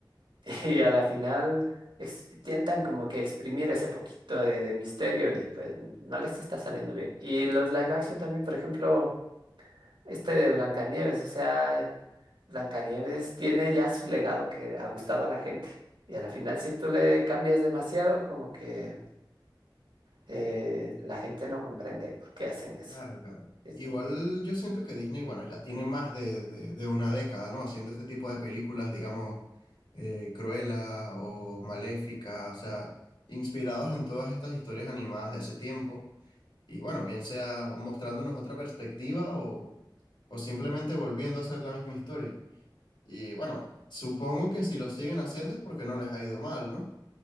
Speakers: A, on the right; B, on the left.
A: <laughs> y a la final... ex- Intentan como que exprimir ese poquito de, de misterio y pues no les está saliendo bien. Y los live action también, por ejemplo, este de Blancanieves, o sea, Blancanieves tiene ya su legado que ha gustado a la gente. Y a la final, si tú le cambias demasiado, como que eh, la gente no comprende por qué hacen eso.
B: Claro, claro.
A: Es
B: Igual
A: que,
B: yo siento que Disney, bueno, ya tiene más de, de- de una década, ¿no? Haciendo este tipo de películas, digamos, eh, Cruella o Maléfica, o sea, inspirados en todas estas historias animadas de hace tiempo. Y bueno, bien sea mostrándonos otra perspectiva o, o simplemente volviendo a hacer la misma historia. Y bueno, supongo que si lo siguen haciendo es porque no les ha ido mal, ¿no?